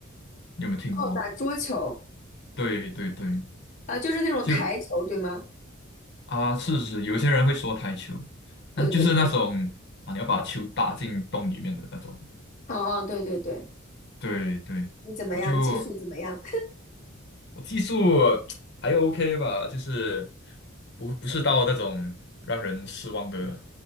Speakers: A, on the left (about 55°); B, on the left (about 35°).
A: 你有没有听过？
B: 哦，打桌球，
A: 对对对，
B: 啊，就是那种台球，
A: 就
B: 对吗？
A: 啊、是是，有些人会说台球，那就是那种啊你要把球打进洞里面的那种。
B: 对对对，哦哦，对对对，
A: 对对，
B: 你怎么样？
A: 我就
B: 技术怎么样？
A: 我技术还 OK 吧，就是不不是到那种让人失望的